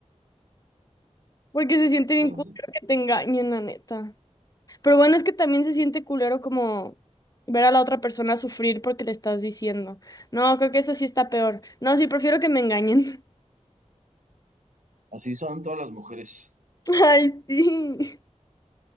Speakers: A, on the left; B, on the right.
A: porque se siente bien
B: Pues
A: culero
B: así.
A: que te engañen, la neta. Pero bueno, es que también se siente culero como ver a la otra persona sufrir porque le estás diciendo. No, creo que eso sí está peor. No, sí, prefiero que me engañen.
B: Así son todas las mujeres,
A: <laughs> Ay, sí.